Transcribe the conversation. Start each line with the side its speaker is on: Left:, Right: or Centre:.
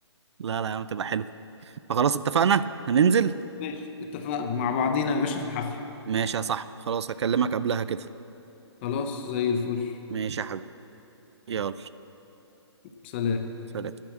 Right: لا لا يا عم تبقى حلو فخلاص اتفقنا هننزل
Left: ماشي اتفقنا مع بعضينا يا باشا في الحفل
Right: ماشي يا صاحبي خلاص هكلمك قبلها كده
Left: خلاص زي الفل
Right: ماشي يا حبيبي يلا
Left: سلام
Right: سلام